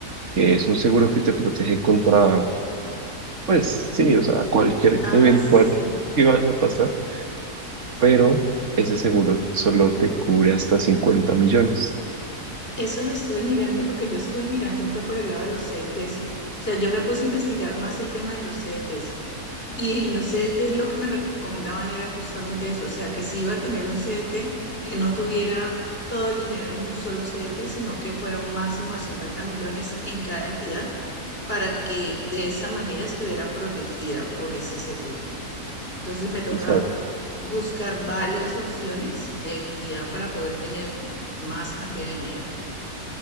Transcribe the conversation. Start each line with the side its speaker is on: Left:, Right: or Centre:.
Right: que es un seguro que te protege contra, pues, sí, o sea, cualquier
Left: Ah,
Right: eventualidad
Left: sí.
Right: que vaya a pasar, pero ese seguro solo te cubre hasta 50 millones.
Left: Eso lo estuve mirando porque yo estuve mirando fue por el lado de los CDTs. O sea, yo me puse a investigar más el tema de los CDTs Y en los CDTs lo que me recomendaban era justamente eso, o sea, que si iba a tener un CDT, que no tuviera todo el dinero en un solo CDT, sino que fuera un máximo de 50 millones en cada entidad para que de esa manera estuviera protegida por ese seguro. Entonces me toca
Right: Exacto.
Left: buscar varias opciones de entidad para poder tener más cantidad de dinero